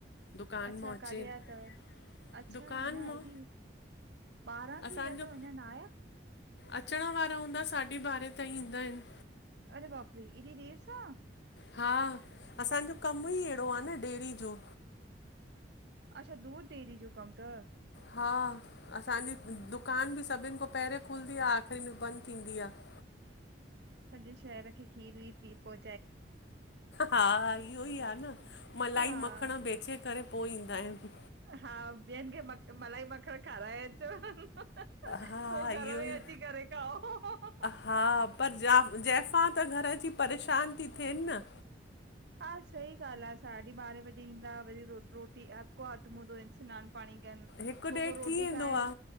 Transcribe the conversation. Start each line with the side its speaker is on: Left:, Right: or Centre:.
Left: दुकान
Right: अच्छा
Left: मां अचेनि
Right: काॾे वया तव, अच्छा
Left: दुकान
Right: अञा ऐॾी
Left: मां
Right: ॿारहां थी
Left: असांजो
Right: विया तव अञां न आहिया?
Left: अचण वारा हूंदा, साढी बारहें ताईं ईंदा आहिनि
Right: अड़े बापरी इॾी देर सां।
Left: हा असांजो कम ई अहिड़ो आहे न डेेरी जो।
Right: अच्छा दूध देयरी जो कम त।
Left: हा असांजी दुकान बि सभिनि खां पहिरियों खुलंदी आहे आख़िरी में बंदि थींदी आहे। <inaudible>
Right: सॼे शहर खे खीर वीर पी पो।
Left: हा इयो ई आहे न मलाई,
Right: हा,
Left: मखण बेचे करे। पोइ ईंदा आहिनि।
Right: हा ॿियनि खे म मलाई मखण खाराए अचो।
Left: हा
Right: पोइ
Left: इहो
Right: घर
Left: ई
Right: में अची करे खाओ।
Left: हा पर जा जंफ़ां त घर जी परेशान ती थियेनि न।
Right: हा सही ॻाल्हि आहे साढी बारे बजे ईंदा, वरी रोटी हक, हथ मुधो स्नान। पाणई कन अगॉपो
Left: हिकु ॾेढ
Right: रॉटी
Left: थी वेंदो
Right: खाइन
Left: आ